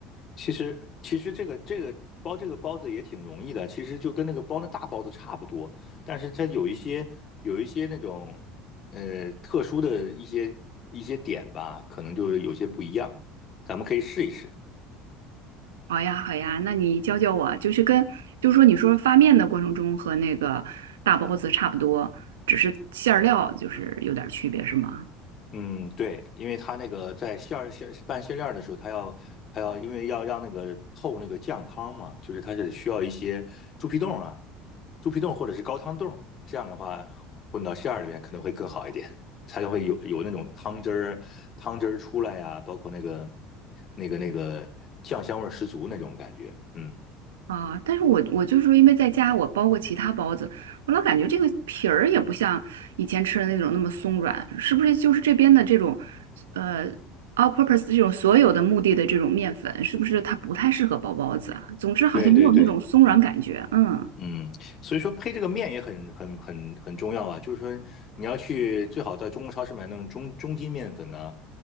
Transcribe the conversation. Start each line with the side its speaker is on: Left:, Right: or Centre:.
Left: 其实其实这个这个包这个包子也挺容易的，其实就跟那个包那大包子差不多，但是它有一些有一些那种呃特殊的一些一些点吧，可能就是有些不一样，咱们可以试一试。
Right: 好呀，好呀，那你教教我，就是跟，就是说你说发面的过程中和那个大包子差不多，只是馅儿料就是有点儿区别，是吗？
Left: 嗯，对，因为他那个在馅儿馅拌馅料儿的时候，他要他要因为要让那个透那个酱汤嘛，就是他是需要一些猪皮冻啊、猪皮冻或者是高汤冻，这样的话混到馅儿里面可能会更好一点，才会有有那种汤汁儿汤汁儿出来呀、包括那个那个那个酱香味儿十足那种感觉。嗯，
Right: 啊，但是我我就是因为在家我包过其他包子，我老感觉这个皮儿也不像以前吃的那种那么松软，是不是就是这边的这种，呃，all purpose 这种所有的目的的这种面粉，是不是它不太适合包包子啊？总之好像没有那种松软感觉，
Left: 对对对。
Right: 嗯。
Left: 嗯，所以说配这个面也很很很很重要啊，就是说你要去最好在中国超市买那种中中筋面粉呢、